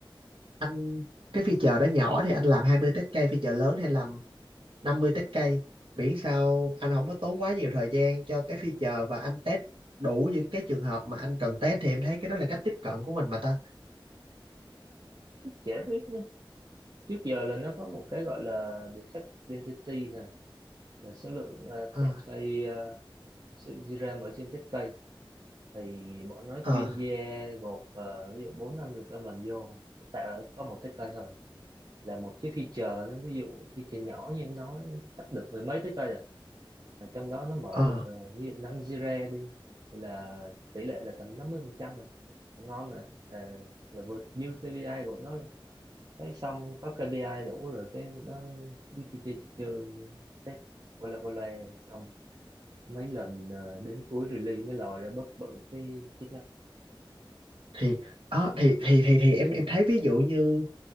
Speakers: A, on the right; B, on the right.
A: anh cái feature đó nhỏ thì anh làm 20 test case feature lớn thì anh làm 50 test case miễn sao anh không có tốn quá nhiều thời gian cho cái feature và anh test đủ những cái trường hợp mà anh cần test thì em thấy cái đó là cách tiếp cận của mình mà ta
B: chả biết nữa. trước giờ là nó có một cái gọi là defect density thôi là số lượng uh,
A: ờ
B: test cây ờ, sự di RAM ở trên test cây thì bọn nó
A: ờ
B: chuyên gia gộp ờ, ví dụ bốn năm requirement vô tạo có một test cây thôi là một cái feature nó ví dụ feature nhỏ như em nói nó chắc được mười mấy test cây à là trong đó nó mở
A: ờ
B: được ờ, ví dụ 5 Jira đi thì là tỷ lệ là tầm 50% rồi Là ngon rồi à, là vượt dư KPI của nó luôn cái xong có KPI đủ rồi cái nó đi chơi chơi chơi chơi test qua là qua là xong mấy lần ờ, đến cuối release mới lòi ra bất bự cái chức năng
A: thì ờ, thì thì thì thì em em thấy ví dụ như